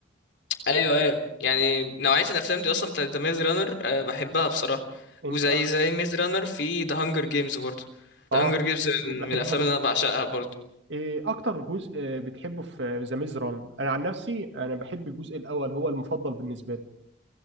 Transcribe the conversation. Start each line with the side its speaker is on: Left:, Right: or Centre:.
Left: ايوه ايوه يعني نوعية الافلام دي اصلا بتاعت ذا ميز رانر آه، بحبها بصراحة
Right: انت
Left: وزي زي ميز رانر في ذا هانجر جيمز برضه
Right: اه
Left: ذا هانجر جيمز
Right: بحب
Left: من من الافلام
Right: أبر.
Left: اللي انا بعشقها برضه
Right: ايه اكتر جزء آه، بتحبه في ذا ميز ران انا عن نفسي انا بحب الجزء الاول هو المفضل بالنسبه لي